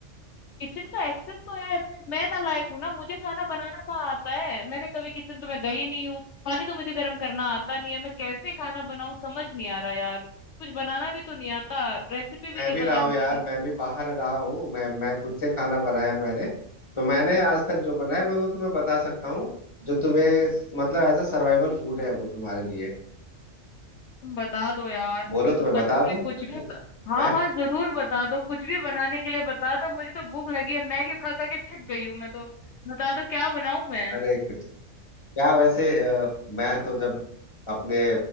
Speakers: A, on the left; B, on the left.
A: किचन का एक्सेस तो है पर मैं ना लायक हूँ ना मुझे खाना बनाना कहाँ आता है मैंने कभी किचन तो मैं गई नहीं हूँ पानी तो मुझे गर्म करना आता नहीं है मैं कैसे खाना बनाऊँ समझ नहीं आ रहा यार कुछ बनाना भी तो नहीं आता रेसिपी भी
B: मैं
A: नहीं
B: भी रहा
A: पता किसी
B: हूँ यार
A: चीज
B: मैं भी बाहर रहा हूँ मैं मैं खुद से खाना बनाया मैंने तो मैंने आज तक जो बनाया मैं वो तुम्हें बता सकता हूँ जो तुम्हें मतलब एज अ सर्वाइवल फूड है वो तुम्हारे लिए
A: तुम बता दो यार मुझे
B: बोलो
A: तो
B: तुम्हें
A: सच
B: बता
A: में
B: दूँ
A: कुछ भी हाँ
B: मैं
A: हाँ जरूर बता दो कुछ भी बनाने के लिए बता दो मुझे तो भूख लगी है मैगी खा खा के थक गई हूँ मैं तो बता दो क्या बनाऊं मैं
B: अरे कुछ क्या वैसे अ, मैं तो जब अपने